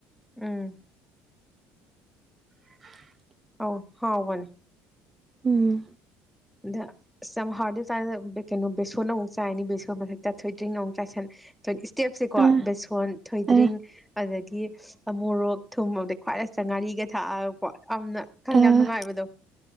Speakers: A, in the centre; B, on the right.
A: ꯎꯝ
B: <unintelligible>
A: ꯑ ꯍꯥꯎ ꯍꯅꯦ
B: ꯎꯝ
A: ꯑꯗ ꯁꯝ ꯍꯥꯏꯥꯎꯔꯗꯥꯟꯗ ꯀꯩꯅꯣ ꯕꯦꯁꯣꯟ ꯑꯃꯨꯛ ꯆꯥꯏꯅꯤ ꯕꯦꯁꯣꯟ ꯃꯊꯛ ꯆꯥꯊꯣꯛꯗ꯭ꯔꯤ ꯑꯃꯨꯛ ꯆꯥꯏꯁꯟ ꯏꯁ꯭ꯇꯦꯞꯁꯦꯀꯣ
B: ꯑꯥ
A: ꯕꯦꯁꯣꯟ ꯊꯣꯏꯗ꯭ꯔꯤꯡ
B: ꯑꯥ
A: ꯑꯗꯒꯤ ꯃꯣꯔꯣꯛ ꯊꯨꯝꯃꯗ ꯈ꯭ꯋꯥꯏ ꯆ ꯉꯥꯔꯤꯒ ꯊꯥꯛꯑꯒꯀꯣ ꯑꯅ ꯈꯪꯗꯦ
B: ꯑꯥ
A: ꯌꯥꯝ ꯅꯨꯡꯉꯥꯏꯕꯗꯣ